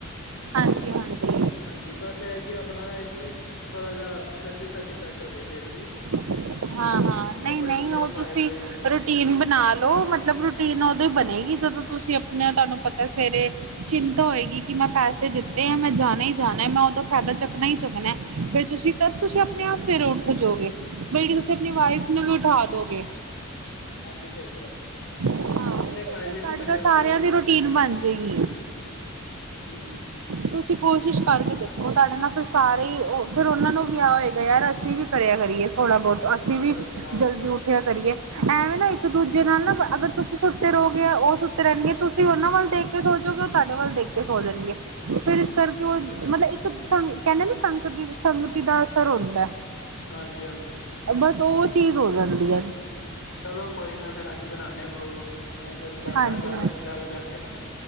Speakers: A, on the right (about 75°); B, on the left (about 60°).
A: ਹਾਂਜੀ ਹਾਂਜੀ
B: ਹਾਂਜੀ, ਬਸ ਇਹੀ ਕਿ ਆਪਣੀ ਆਈਕੀ, ਥੋੜਾ ਜਿਹਾ ਚਰਬੀ ਸਾਡੀ ਸੈਟ ਹੋ ਜਾਏਂ ਪੇਂਟ ਦੀ।
A: ਹਾਂ-ਹਾਂ,
B: ਅ
A: ਨਹੀਂ
B: ਕੱਪੜੇ
A: -ਨਹੀਂ,
B: ਕੁਪੜੇ
A: ਉਹ
B: ਪਾਏ
A: ਤੁਸੀਂ
B: ਪਏ
A: ਰੂਟ
B: ਚੰਗੇ
A: ਰੂਟੀਨ ਬਣਾ ਲਓ। ਮਤਲਬ ਰੂਟੀਨ ਉਦੋਂ ਹੀ ਬਣੇਗੀ। ਜਦੋਂ ਤੁਸੀਂ ਆਪਣੇ ਤੁਹਾਨੂੰ ਪਤਾ ਐ। ਸਵੇਰੇ ਚਿੰਤਾ ਹੋਏਗੀ। ਕਿ ਮੈਂ ਪੈਸੇ ਦਿੱਤੇ ਐ, ਮੈਂ ਜਾਣਾ ਹੀ ਜਾਣਾ ਮੋ ਦਾ
B: ਹਮ
A: ਫਾਇਦਾ ਚੱਕਣਾ ਹੀ ਚੱਕਣਾ। ਫਿਰ ਤੁਸੀਂ, ਤਦ ਤੁਸੀਂ ਆਪਣੇ ਆਪ ਸਵੇਰੇ ਉੱਠ ਜਾਓਗੇ। ਬਲਕਿ,
B: ਹਮ
A: ਤੁਸੀਂ ਆਪਣੀ ਵਾਈਫ ਨੂੰ ਵੀ ਉਠਾ ਦਿਓਗੇ।
B: ਹਾਂਜੀ, ਸਹੀ ਕਿਹਾ ਰਿਹ
A: ਹਾਂ
B: ਹੋ। ਕੱਪੜੇ
A: ਫਿਰ
B: ਪਾਏ
A: ਫਿਰ
B: ਵੀ
A: ਤੁਹਾਡੇ
B: ਨਾ ਚੰਗੇ
A: ਤਾਂ ਸਾਰਿਆਂ
B: ਲੱਗਦੇ ਨੇ।
A: ਦੀ ਰੂਟੀਨ ਬਣ ਜਾਏਗੀ
B: ਹੂੰ
A: ਤੁਸੀਂ ਕੋਸ਼ਿਸ਼ ਕਰਕੇ ਦੇਖੋ। ਤੁਹਾਡੇ ਨਾਲ ਫਿਰ ਸਾਰੇ ਹੀ ਉਹ, ਫਿਰ ਉਹਨਾਂ ਨੂੰ ਵੀ ਆਹ ਹੋਏਗਾ, ਯਾਰ, ਅਸੀਂ ਵੀ ਕਰਿਆ ਕਰੀਏ। ਥੋਣਾ ਬਹੁਤ, ਅਸੀਂ
B: ਚਲੋ
A: ਵੀ
B: ਫਿਰ
A: ਜਲਦੀ
B: ਦਾਲ,
A: ਉੱਠ ਇਕੱਠਿਆਂ ਕਰੀਏ, ਐਵੇਂ ਨਾ। ਇੱਕ ਦੂਜੇ ਨਾਲ ਨਾ। ਅਗਰ ਤੁਸੀਂ ਸੁੱਤੇ ਰਹੋਗੇ ਗਏ, ਉਹ ਸੁੱਤੇ ਰਹਿੰਣ ਗੇ। ਤੁਸੀਂ ਉਹਨਾਂ ਵੱਲ ਦੇਖ ਕੇ ਸੋ ਜਾਓਗੇ, ਉਹ ਤੁਹਾਡੇ ਵੱਲ ਦੇਖ ਕੇ ਸੋ ਜਾਣਗੇ। ਫੇਰ ਇਸ ਕਰਕੇ ਉਹ, ਮਤਲਬ ਇੱਕ ਸੰਗ ਕਹਿੰਦੇ ਨਾ। ਸੰਗ-ਸੰਗਤੀ ਦਾ ਅਸਰ ਹੁੰਦਾ ਐ।
B: ਹਾਂਜੀ- ਹਾਂਜੀ।
A: ਬਸ ਉਹ ਚੀਜ਼ ਹੋ ਜਾਂਦੀ ਐ।
B: ਚਲੋ ਕੋਈ ਨਾ ਫੇਰ। ਅੱਜ ਬਣਾਏ ਪ੍ਰ। ਮੈਂ ਫੇਰ ਕਰਦਾ
A: ਹਾਂਜੀ
B: ਗੱਲ,
A: ਹਾਂ
B: ਗੱਲ ਕਰਕੇ ਨਾ